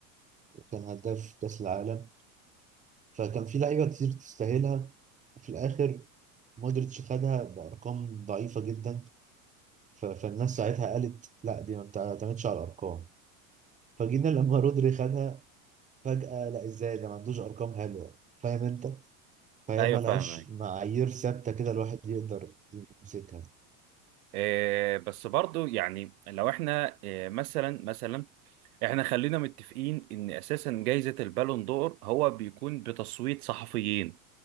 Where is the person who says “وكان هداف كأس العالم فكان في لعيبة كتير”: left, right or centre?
Right